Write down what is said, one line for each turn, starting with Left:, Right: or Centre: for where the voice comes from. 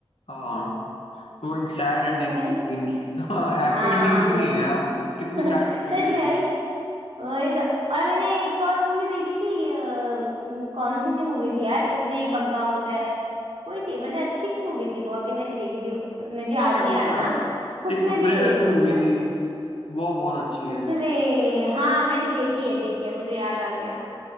Left: हाँ वो एक सैड एंडिंग
Right: तो भाई
Left: होती है इनकी <laughs> हैप्पी
Right: हाँ
Left: एंडिंग्स
Right: मुझे
Left: भी नहीं है यार कितनी
Right: <laughs> सच
Left: सैड मूवीज है ये।
Right: में भाई वही तो और मैंने एक और मूवी देखी थी अ, म, कौन सी मूवी थी यार इसमें एक बग्गा होता है कोई थी मतलब अच्छी मूवी थी वो अभी मैंने देखी थी मुझे याद
Left: क्या
Right: नहीं
Left: पता
Right: आ रहा नाम
Left: यार
Right: उसमें
Left: एक फुकरे
Right: भी यही
Left: करके
Right: हो
Left: मूवी
Right: उसमें
Left: थी वो बहुत अच्छी
Right: फुकरे
Left: है
Right: हाँ मैंने देखी है देखी है मुझे याद आ गया